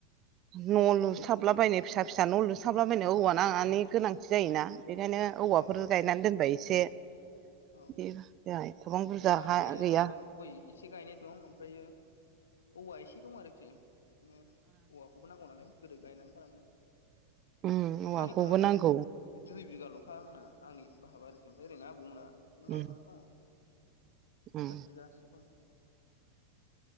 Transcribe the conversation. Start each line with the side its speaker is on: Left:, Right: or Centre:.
Right: न' लुसथाबलाबायनो फिसा फिसा न' लुसाबला बायनो औवा नाङानि गोनांथि जायोना बेखायनो औवाफोर
Left: औ औ
Right: गायनानै दोनबाय एसे बिदि
Left: औ
Right: ज ए गोबां बुरजा
Left: जोंनाबो
Right: गैया
Left: ओरै बाहा गय एसे गायनाय दं ओमफ्रायो औवा एसे दं आरोखि बिदिनो औवा बो नांगौ नालाय गोदो गायनानै गालांनाय
Right: उम औवाखौबो
Left: आंनि भाहा बिदिनो
Right: नांगौ
Left: दुइ बिगाल'खा आंना आंनि बाहाबा आरोखि फ्राय ओरैनो आबौमोना बिदिनो
Right: उम
Left: माबासो दङ सात
Right: उम
Left: बिगासो खम